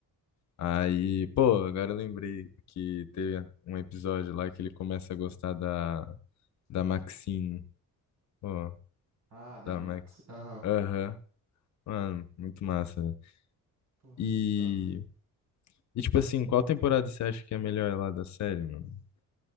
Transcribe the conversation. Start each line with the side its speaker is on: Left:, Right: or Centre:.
Left: Aí, pô, agora eu lembrei que teve um episódio lá que ele começa a gostar da, da Maxine. Pô,
Right: Ah, da
Left: da
Right: Max.
Left: Max.
Right: Aham.
Left: Aham. Mano, muito massa, velho.
Right: Pô,
Left: E,
Right: aham.
Left: e, tipo assim, qual temporada você acha que é a melhor lá da série, mano?